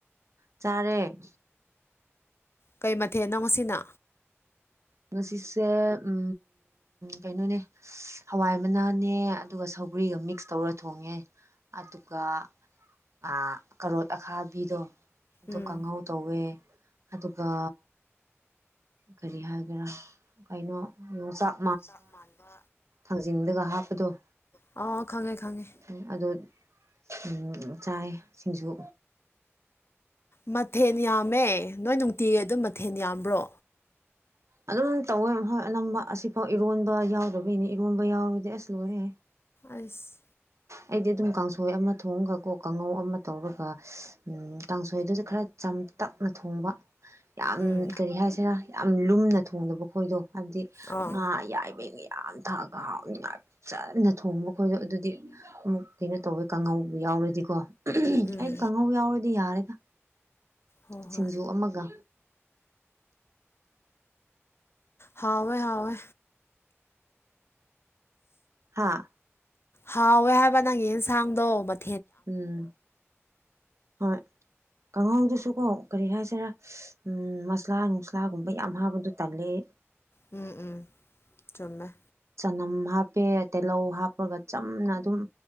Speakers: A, on the right; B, on the left.
A: ꯆꯔꯦ
B: ꯀꯩ ꯃꯊꯦ ꯅꯪꯁꯤꯅ
A: ꯉꯁꯤꯁꯦ ꯎ ꯀꯩꯅꯣꯅꯦ ꯍꯋꯥꯏ ꯃꯅꯥꯅꯦ ꯑꯗꯨꯒ ꯁꯧꯒ꯭ꯔꯤꯒ ꯃꯤꯛꯁ ꯇꯧꯔ ꯊꯣꯡꯉꯦ ꯑꯗꯨꯒ ꯑꯥ ꯀꯔꯣꯠ ꯑꯈꯥꯕꯤꯗꯣ ꯑꯗꯨ
B: ꯎꯝ
A: ꯀꯥꯡꯍꯧ ꯇꯧꯋꯦ ꯑꯗꯨꯒ ꯀꯔꯤ ꯍꯥꯏꯒꯦꯔꯥ ꯀꯩꯅꯣ ꯌꯣꯡꯆꯥꯛ
B: ꯆꯥꯛ ꯃꯥꯟꯕ
A: ꯊꯥꯡꯖꯤꯡꯗꯒ ꯍꯥꯞꯄꯗꯣ
B: ꯑꯣ ꯈꯪꯉꯦ ꯈꯪꯉꯦ
A: ꯎꯝ ꯑꯗꯨꯠ ꯎꯝ ꯆꯥꯏꯌꯦ ꯁꯤꯡꯖꯨ
B: ꯃꯊꯦꯟ ꯌꯥꯝꯃꯦ ꯅꯣꯏ ꯅꯨꯡꯇꯤꯒꯤ ꯑꯗꯨꯝ ꯃꯊꯦꯟ ꯌꯥꯝꯕ꯭ꯔꯣ
A: ꯑꯗꯨꯝ ꯇꯧꯋꯦ ꯍꯣꯏ ꯑꯅꯝꯕ ꯑꯁꯤꯐꯥꯎ ꯏꯔꯣꯟꯕ ꯌꯥꯎꯗꯕꯩꯅꯦ ꯏꯔꯣꯟꯕ ꯌꯥꯎꯔꯗꯤ ꯑꯁ ꯂꯣꯏꯔꯦ
B: ꯑꯁ
A: ꯑꯩꯗꯤ ꯑꯗꯨꯝ ꯀꯥꯡꯁꯣꯏ ꯑꯃ ꯊꯣꯡꯉꯒꯀꯣ ꯀꯥꯡꯉꯧ ꯑꯃ ꯇꯧꯔꯒ ꯎꯝ ꯀꯥꯡꯁꯣꯏꯗꯨꯗ ꯈꯔ ꯆꯝꯇꯛꯅ ꯊꯣꯡꯕ ꯌꯥꯝ
B: ꯎꯝ
A: ꯀꯔꯤ ꯍꯥꯏꯁꯤꯔꯥ ꯌꯥꯝ ꯂꯨꯝꯅ ꯊꯣꯡꯗꯕ ꯈꯣꯏꯗꯣ ꯍꯥꯏꯕꯗꯤ
B: ꯑꯥ
A: ꯉꯥ ꯑꯌꯥꯏꯕꯩ ꯌꯥꯝ ꯊꯛꯑꯒ ꯍꯥꯎꯅꯤꯡꯉꯥꯏ ꯆꯖꯅ ꯊꯣꯡꯕꯈꯣꯏꯗꯣ ꯑꯗꯨꯗꯤ ꯑꯃꯨꯛ ꯀꯩꯅꯣ ꯇꯧꯋꯦ ꯀꯥꯡꯉꯧꯕ ꯌꯥꯎꯔꯗꯤ ꯀꯣ
B: ꯎꯝ
A: ꯑꯩꯗꯤ ꯀꯥꯡꯍꯧ ꯌꯥꯎꯔꯗꯤ ꯌꯥꯔꯦꯗ
B: ꯍꯣꯏ ꯍꯣꯏ
A: ꯁꯤꯡꯖꯨ ꯑꯃꯒ
B: ꯍꯥꯎꯋꯦ ꯍꯥꯎꯋꯦ
A: ꯍꯥꯥ
B: ꯍꯥꯎꯋꯦ ꯍꯥꯏꯕ ꯅꯪꯒꯤ ꯑꯦꯟꯁꯥꯡꯗꯣ ꯃꯠ
A: ꯎꯝ ꯍꯣꯏ ꯀꯥꯡꯍꯧꯗꯨꯁꯨ ꯀꯣ ꯀꯔꯤ ꯍꯥꯏꯁꯤꯔꯥ ꯎꯝ ꯃꯁꯂꯥ ꯅꯨꯡꯁꯂꯥꯒꯨꯝꯕ ꯌꯥꯝ ꯍꯥꯞꯕꯗꯨ ꯇꯜꯂꯦ ꯑꯩ
B: ꯎꯝ ꯎꯝ ꯆꯨꯝꯃꯦ
A: ꯆꯅꯝ ꯍꯥꯞꯄꯦ ꯇꯤꯍꯧ ꯍꯥꯞꯄꯒ ꯆꯝꯅ ꯑꯗꯨꯝ